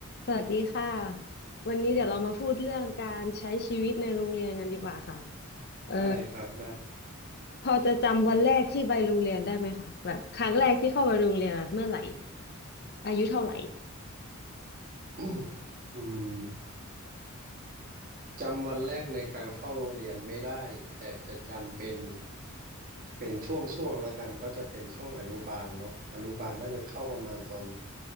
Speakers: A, on the left; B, on the right.
A: สวัสดีค่ะวันนี้เดี๋ยวเรามาพูดเรื่องการใช้ชีวิตในโรงเรียนกันดีกว่าค่ะเออ
B: ได้ครับได้ <coughs>
A: พอจะจำวันแรกที่ไปโรงเรียนได้ไหมคะแบบครั้งแรกที่เข้าไปโรงเรียนอะเมื่อไหร่อายุเท่าไหร่
B: <clears throat> อืมจำวันแรกในการเข้าโรงเรียนไม่ได้แต่จะจำเป็นเป็นช่วงช่วงแล้วกันก็จะเป็นช่วงอนุบาลเนาะอนุบาลน่าจะเข้าประมาณตอน